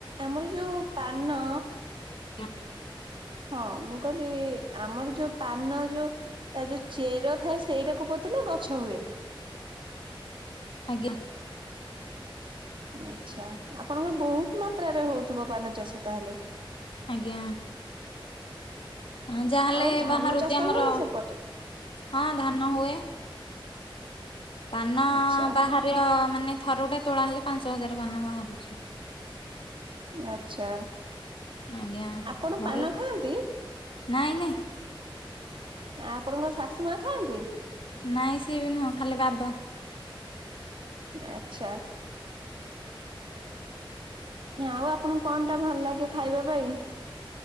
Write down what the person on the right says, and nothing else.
ଆମର ଯୋଉ ପାନ
ହଁ ମୁଁ କହିଲି ଆମର ଯୋଉ ପାନ ଯୋଉ ତା ଯୋଉ ଚେର ଥାଏ ସେଇଟା କୁ ପୋତିଲେ ଗଛ ହୁଏ।
ଆଛା ଆପଣଙ୍କ ବହୁତ ମାତ୍ରାରେ ହଉଥିବ ପାନ ଚାଷ ତାହେଲେ?
ଆଉ ଧାନ
ଚାଷ
ହୁଏ ସେପଟେ
ଆଚ୍ଛା।
ଆଛା
ଆପଣ
ପାନ ଖାଆନ୍ତି?
ଆପଣଙ୍କ ଶାଶୁ ମା ଖାଆନ୍ତି?
ଆଛା। ଆଉ ଆପଣଙ୍କୁ କଣ ଟା ଭଲ ଲାଗେ ଖାଇବା ପାଇଁ?